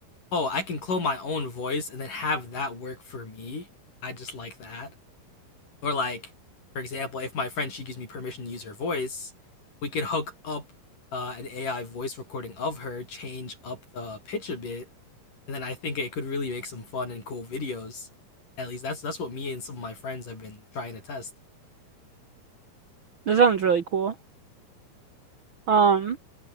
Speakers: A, on the left (about 55°); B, on the right (about 50°).
A: oh, I can clone my own voice and then have that work for me. I just like that. Or like for example, if my friend she gives me permission to use her voice, we can hook up uh, an AI voice recording of her, change up the pitch a bit, and then I think it could really make some fun and cool videos. At least that's that's what me and some of my friends have been trying to test.
B: This sounds really cool. Um,